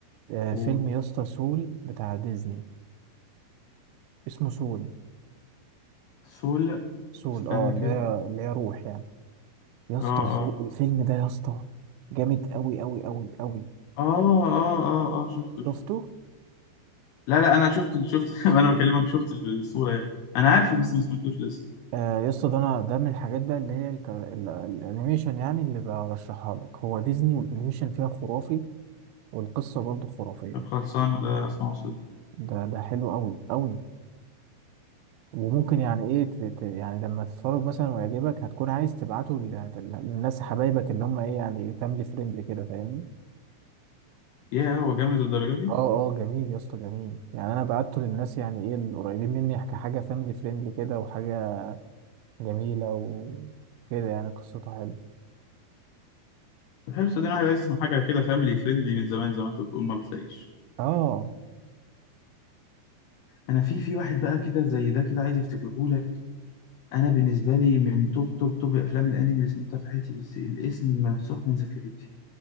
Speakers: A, on the right; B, on the left.
A: آه،
B: اوه
A: فيلم يا اسطى سول بتاع ديزني اسمه سول
B: سول
A: سول
B: استنى
A: اه اللي
B: كده
A: هي اللي هي روح يعني يا اسطى
B: اه
A: الف-
B: اه
A: الفيلم ده يا اسطى جامد قوي قوي قوي قوي
B: اه اه اه اه شفته
A: شفته
B: شفته لا لا انا شفت ال- شفت <laughs> وانا بكلمك شفت الصورة يعني انا عارفه بس ما سمعتوش لسه
A: آه يا اسطى ده انا ده من الحاجات بقى اللي هي الكر- ال- الانيميشن يعني اللي برشحها لك هو ديزني والانيميشن فيها خرافي والقصة برضه خرافية
B: طب خلصان ده اسمعه صدق
A: ده ده حلو قوي قوي وممكن يعني ايه ت- ت- يعني لما تتفرج مثلا ويعجبك هتكون عايز تبعته لل- للناس حبايبك اللي هم ايه يعني فاميلي فريندلي كده فاهمني
B: يا هو جامد للدرجة دي
A: اه اه جميل يا اسطى جميل يعني انا بعته للناس يعني ايه القريبين مني كحاجه فاميلي فريندلي كده وحاجه جميله وكده يعني قصتها حلوه
B: طب حلو صدقني واحد عايز يسمع حاجة كده فاميلي فريندلي من زمان زي ما انت بتقول ما بتلاقيش
A: اه
B: انا في في واحد بقى كده زي ده كده عايز افتكره لك انا بالنسبه لي من توب توب توب افلام الانمي اللي سمعتها في حياتي بس الاسم ممسوح من ذاكرتي